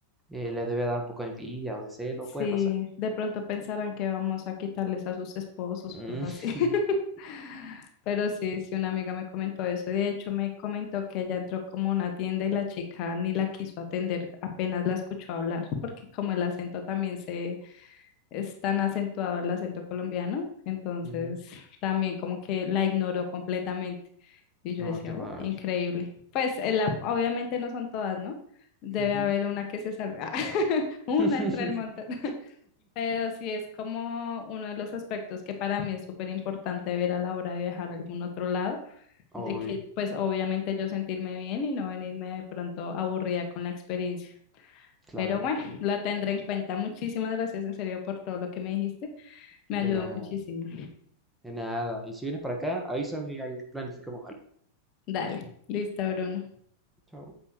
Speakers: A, in the centre; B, on the left.
A: eh, le debe dar un poco de envidia o de celo,
B: Sí,
A: puede pasar.
B: de pronto pensarán que vamos a quitarles a sus esposos
A: Mm,
B: o algo así. <laughs>
A: <laughs>
B: Pero sí, sí, una amiga me comentó eso. De hecho, me comentó que ella entró como a una tienda y la chica ni la quiso atender, apenas la escuchó hablar, porque como el acento también se, es tan acentuado el acento colombiano, entonces
A: ujú.
B: también como que la ignoró completamente. Y yo
A: Oh,
B: decía,
A: qué mal.
B: "Oh, increíble. Pues en la- obviamente no son todas, ¿no? Debe
A: Ujú.
B: haber una que se salga, <laughs> una
A: <laughs>
B: entre el montón. Pero sí es como uno de los aspectos que para mí es súper importante ver a la hora de viajar a algún otro lado,
A: Ay,
B: de que pues obviamente yo sentirme bien y no venirme de pronto aburrida con la experiencia.
A: claro,
B: Pero bueno, lo tendré en cuenta. Muchísimas gracias en serio por todo lo que me dijiste. Me
A: de
B: ayudó
A: nada,
B: muchísimo.
A: de nada. Y si vienes para acá, avísame y ahí planificamos algo.
B: Dale, listo, Bruno.
A: Chao.